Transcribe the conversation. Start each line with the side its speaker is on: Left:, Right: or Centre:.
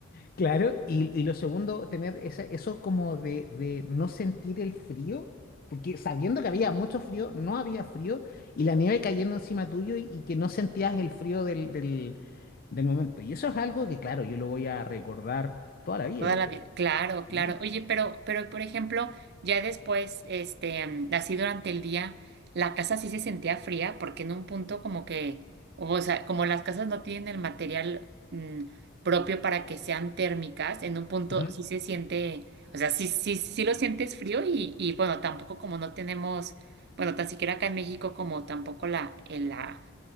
Left: Claro, y, y lo segundo, tener esa- eso como de, de no sentir el frío, porque sabiendo que había mucho frío, no había frío, y la nieve cayendo encima tuyo y, y que no sentías el frío del, del, del momento. Y eso es algo que, claro, yo lo voy a recordar toda la vida,
Right: Toda
Left: yo
Right: la
Left: creo.
Right: vida. Claro,
Left: Sí.
Right: claro. Oye, pero, pero por ejemplo, ya después, este, mm, así durante el día, la casa sí se sentía fría, porque en un punto como que, o sea, como las casas no tienen el material mm, propio para que sean térmicas, en un punto
Left: Ujú.
Right: sí se siente, o sea, sí, sí, sí lo sientes frío y, y bueno, tampoco como no tenemos, bueno, tan siquiera acá en México como tampoco la, el- la